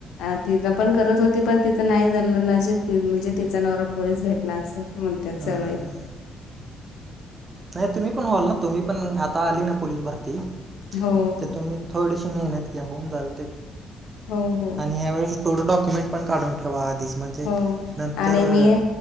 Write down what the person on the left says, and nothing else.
आ तिथ पण करत होती. पण तिचं नाही झालं नशीब ति म्हणजे तिचा नवरा पोलीस भेटला अस. म्हणत्यात
सगळे.
हो,
हो, हो,
हो.
आणि मी